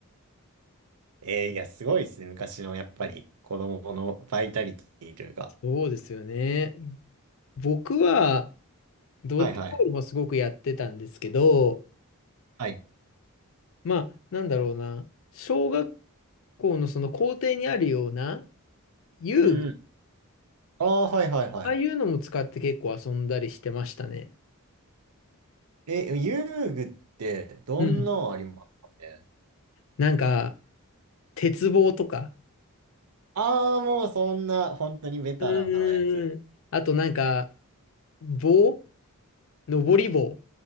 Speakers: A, on the right (about 85°); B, on the left (about 60°).
A: <laughs> えーいや、すごいですね。昔のやっぱり子供のバイタリティというか。
B: そうですよね。僕は、ドッジボールもすごくやってたんですけど、
A: はいはい。はい。
B: まあ、なんだろうな、小学校のその校庭にあるような遊
A: うんうん。ああ、はいはいはい。
B: ああいうのも使って結構遊んだりしてましたね。
A: え、遊具ってどんなのありますかね
B: うん。なんか、鉄棒とか。
A: ああー、もうそんな本当にベタなやつ。
B: うーん。あとなんか、棒登り棒。